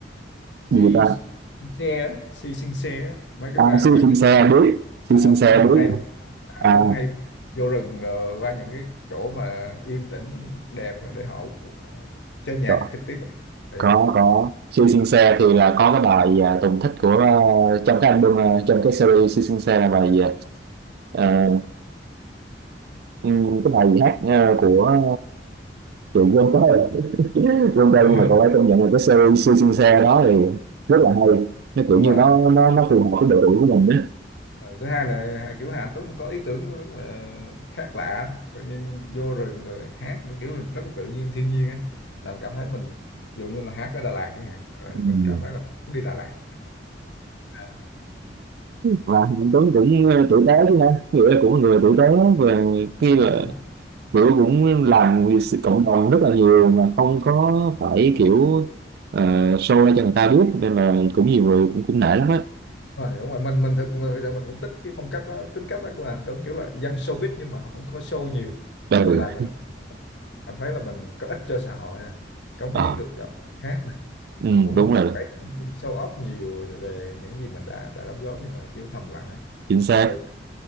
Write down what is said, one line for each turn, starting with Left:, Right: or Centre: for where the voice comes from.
Right: gì
Left: si
Right: ta
Left: Sing xe á, si sing xe á. mấy cái
Right: à,
Left: bài
Right: siêu
Left: mấy
Right: xin
Left: cái
Right: xe biết siêu
Left: à,
Right: xin xe
Left: đúng rồi
Right: biết
Left: hay Hàn
Right: À,
Left: Tuấn hay vô rừng rồi qua những cái chỗ mà yên tĩnh đẹp á để họ ờ, chơi nhạc
Right: có
Left: trực tiếp Thì,
Right: có có siêu
Left: ờ,
Right: siêu xe thì là có cái bài à, Tùng thích của à, trong cái album à, trong cái series siêu siêu xe là bài gì à, ừm, cái bài gì hát à, của à, chị quên tới rồi. <laughs> quên tên
Left: <laughs>
Right: nhưng mà cậu ấy công nhận là cái series siêu siêu xe đó thì rất là hay nó kiểu
Left: đúng
Right: như
Left: rồi
Right: nó nó nó phù hợp với độ tuổi của mình đó.
Left: Rồi thứ hai là Hà- kiểu Hà Anh Tuấn có ý tưởng rất là khác lạ tự nhiên vô rừng rồi hát nó kiểu rất là tự nhiên thiên nhiên á làm cảm thấy mình ví dụ như là hát ở Đà Lạt chẳng hạn rồi
Right: Ừm.
Left: mình cảm thấy là muốn đi Đà Lạt à,
Right: và Hạnh Tuấn cũng ờ, tử tế chứ ha nghĩa là cũng là người tử tế về khi là
Left: rồi, đúng
Right: kiểu cũng làm vì sự cộng đồng rất là nhiều mà không có phải kiểu ờ, show ra cho người ta biết nên là cũng nhiều người cũng cũng nể lắm á
Left: rồi đúng rồi mình mình thực mình, thực sự mình cũng thích cái phong cách đó, tính cách đó của Hà Anh Tuấn kiểu là dân showbiz nhưng mà không có show nhiều
Right: ừ.
Left: kiểu là làm những cảm thấy là mình có ích cho xã hội nè cống
Right: Ờ,
Left: hiến được cho người khác
Right: ừ,
Left: cũng
Right: đúng
Left: không cần
Right: rồi
Left: phải show off nhiều về những gì mình đã đã đóng góp nhưng mà kiểu thầm lặng á
Right: chính xác
Left: nhưng mà từ những